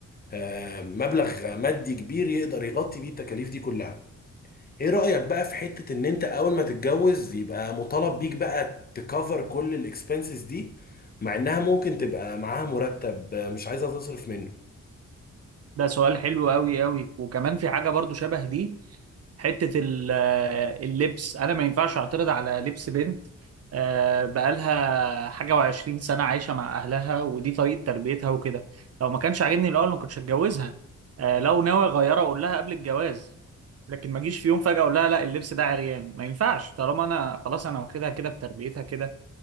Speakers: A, on the left; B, on the right.
A: آه، مبلغ مادي كبير يقدر يغطي بيه التكاليف دي كلها ايه رأيك بقى في حتة ان انت اول ما تتجوز يبقى مطالب بيك بقى تكفر كل الاكسبنسز دي مع انها ممكن تبقى معاها مرتب آه، مش عايزة تصرف منه
B: ده سؤال حلو قوي قوي وكمان في حاجه برضو شبه دي حتة ال- آه، اللبس أنا ما ينفعش أعترض على لبس بنت آه، بقالها حاجة وعشرين سنة عايشة مع أهلها ودي طريقة تربيتها وكده لو ما كانش عاجبني الأول ما كنتش هتجوزها آه، لو ناوي أغيرها أقول لها قبل الجواز لكن ما أجيش في يوم فجأة أقول لها لا اللبس ده عريان ما ينفعش طالما أنا خلاص أنا واخدها كده بتربيتها كده